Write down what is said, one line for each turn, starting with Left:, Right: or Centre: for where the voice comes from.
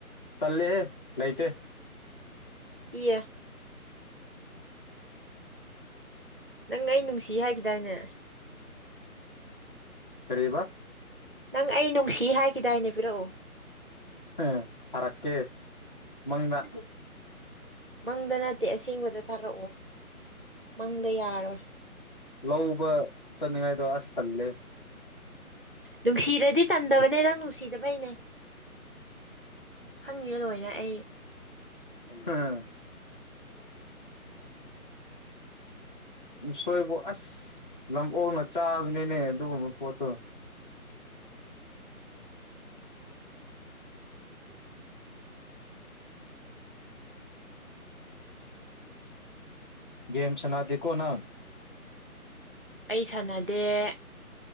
Left: ꯇꯜꯂꯦꯍꯦ ꯂꯩꯩꯇꯦ
Right: ꯏꯌꯦ ꯅꯪ ꯑꯩ ꯅꯨꯡꯁꯤ ꯍꯥꯏꯈꯤꯗꯥꯏꯅꯦ
Left: ꯀꯔꯤ ꯑꯦꯕ
Right: ꯅꯪ ꯑꯩ ꯅꯨꯡꯁꯤ ꯍꯥꯏꯈꯤꯗꯥꯏꯅꯦ ꯄꯤꯔꯛꯎ
Left: ꯎꯝ ꯊꯔꯛꯀꯦ ꯃꯪꯗ
Right: ꯃꯪꯗ ꯅꯠꯇꯦ ꯑꯁꯦꯡꯕꯗ ꯊꯥꯔꯛꯑꯣ ꯃꯪꯗ ꯌꯥꯔꯣꯏ
Left: ꯂꯧꯕ ꯆꯠꯅꯤꯡꯉꯥꯏꯗꯣ ꯑꯁ ꯇꯜꯂꯦ
Right: ꯅꯨꯡꯁꯤꯔꯗꯤ ꯇꯟꯗꯕꯅꯦ ꯅꯪ ꯅꯨꯡꯁꯤ ꯁꯤꯗꯕꯩꯅꯦ ꯈꯪꯉꯦ ꯂꯣꯏꯅ ꯑꯩ
Left: ꯍꯥ ꯎꯁꯣꯏꯕꯨ ꯑꯁ ꯂꯝꯑꯣꯛꯅ ꯆꯥꯕꯅꯤꯅꯦ ꯑꯗꯨꯒꯨꯝꯕ ꯄꯣꯠꯇꯣ ꯒꯦꯝ ꯁꯥꯟꯅꯗꯦꯀꯣ ꯅꯪ
Right: ꯑꯩ ꯁꯥꯟꯅꯗꯦ